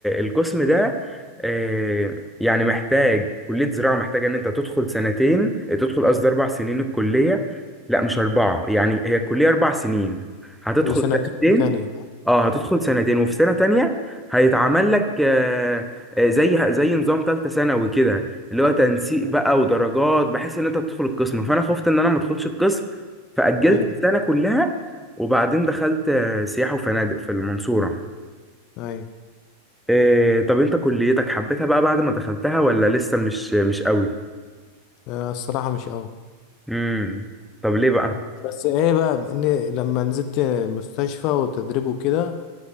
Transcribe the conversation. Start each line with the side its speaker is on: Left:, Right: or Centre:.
Centre: القسم ده آه، يعني محتاج كليه زراعه محتاجه ان انت تدخل سنتين تدخل قصدي اربع سنين الكليه لا مش اربعه يعني هي الكليه اربع سنين هتدخل
Left: وسنتين
Centre: سنتين
Left: تانية
Centre: اه هتدخل سنتين وفي سنة تانية هيتعمل لك آه، آه، زي زي نظام تالتة ثانوي كده اللي هو تنسيق بقى ودرجات بحيث ان انت تدخل القسم فانا خفت ان انا ما ادخلش القسم فأجلت
Left: ايوه
Centre: السنة كلها وبعدين دخلت آه، سياحة وفنادق في المنصورة
Left: ايوه
Centre: آه، طب انت كليتك حبيتها بقى بعد ما دخلتها ولا لسه مش مش قوي
Left: آه الصراحة مش قوي
Centre: امم طب ليه
Left: بس ايه بقى ان لما نزلت مستشفى وتدريب وكده